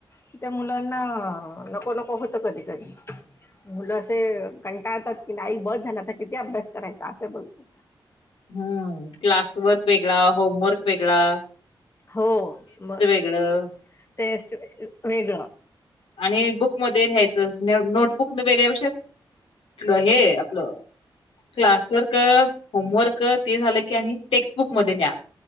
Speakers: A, on the left (about 30°); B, on the left (about 85°).
A: की त्या मुलांना नको -नको होतं कधी -कधी. मुलं असे कंटाळतात कि, आई बस झालं तर किती अभ्यास करायचा असे बोलतात.
B: हूं... क्लासवर्क वेगळा, होमवर्क वेगळा.
A: हो मग
B: तिकडं
A: टेस्ट वेगळं.
B: आणि बुकमध्ये लिहायचं नोटबुक वेगळ्यापेक्षा हे आपलं. क्लासवर्क, होमवर्क, ते झालं की आणि टेक्सटबुक मध्ये लिहा.